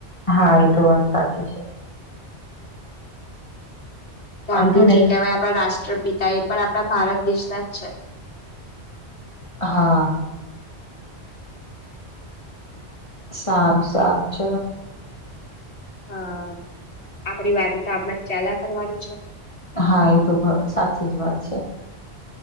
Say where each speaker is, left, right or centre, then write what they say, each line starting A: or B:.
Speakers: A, on the left; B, on the left.
A: હા, એ તો વાત સાચી છે. વાંધો
B: ગાંધીજી
A: નહી
B: કહેવાય આપણા રાષ્ટ્રપિતા, એ પણ આપડા ભારત દેશના જ છે.
A: હા. સારું, સારું, ચલો.
B: હા, આપડી વાતો તો આમજ ચાલયા કરવાની છે.
A: હા, એ તો સાચી જ વાત છે.